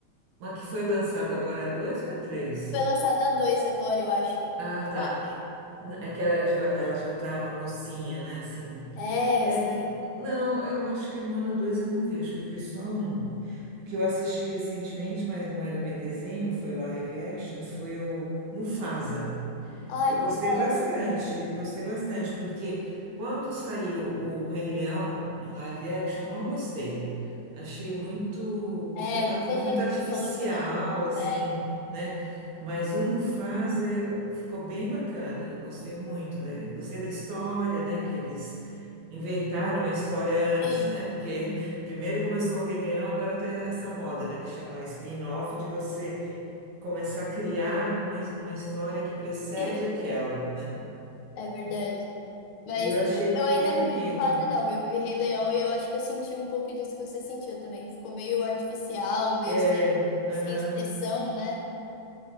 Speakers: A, on the right (about 70°); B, on the left (about 85°).
A: Mas que foi lançada agora é a dois ou é a três?
B: Foi lançado a 2 agora, eu acho. Eu
A: Ah, tá.
B: acho.
A: N- É que ela já, ela já tá mocinha, né? Assim.
B: É,
A: É,
B: assim.
A: não, eu acho que a Moana 2 eu não vi, acho que eu vi só um. O que eu assisti recentemente, mas não era bem desenho, foi live action, foi o Mufasa.
B: Ai,
A: Eu
B: Mufasa,
A: gostei bastante,
B: assim.
A: gostei bastante, porque quando saiu o Rei Leão em live action, eu não gostei. Achei muito,
B: É,
A: sei lá,
B: muita
A: estava
B: gente
A: muito artificial,
B: falou que não.
A: assim,
B: É,
A: né? Mas o Mufasa é, ficou bem bacana, eu gostei muito, da, gostei da história, né? Que eles inventaram a história
B: sim.
A: antes, né? Porque <laughs> primeiro começou o Rei Leão, agora tem essa moda, né? Que chama spin-off de você começar a criar uma, uma história que precede
B: <laughs>
A: aquela, né?
B: É verdade. Mas
A: E eu achei
B: eu
A: bem
B: ainda não
A: bonito.
B: vi Mufasa, não. Eu vi Rei Leão e eu acho que eu senti um pouco disso que você sentiu também. Ficou meio artificial, meio
A: É,
B: sem,
A: aham.
B: sem expressão, né?